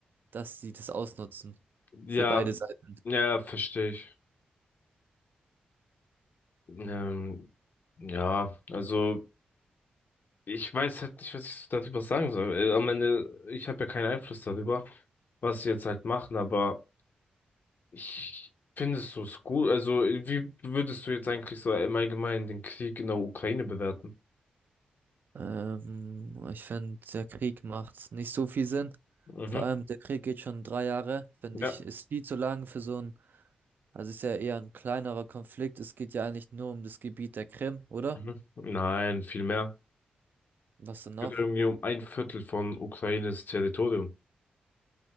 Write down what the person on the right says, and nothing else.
dass sie das ausnutzen.
Für beide Seiten.
Ähm, ich finde, der Krieg macht nicht so viel Sinn.
Vor allem, der Krieg geht schon drei Jahre. Finde
ich, ist viel zu lang für so ein, also ist ja eher ein kleinerer Konflikt. Es geht ja eigentlich nur um das Gebiet der Krim, oder?
Was denn noch?